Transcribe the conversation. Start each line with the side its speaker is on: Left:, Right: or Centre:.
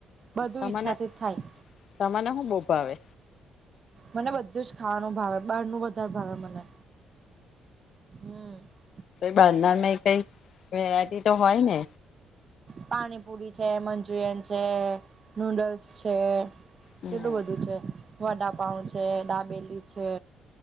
Right: બધું
Left: તમને
Right: ઈચ્છાથી થાય
Left: તમને હુ બો ભાવે
Right: મને બધું જ ખાવાનું ભાવે બહાર નું વધારે ભાવે મને. હમ
Left: બાર ના ની કઈ વેરી તો હોય ને
Right: પાણીપુરી છે, મંચુરિયન છે, નૂડલ્સ છે.
Left: હમ
Right: કેટલું બધું છે, વડાપઉ છે, ડાબેલી છે.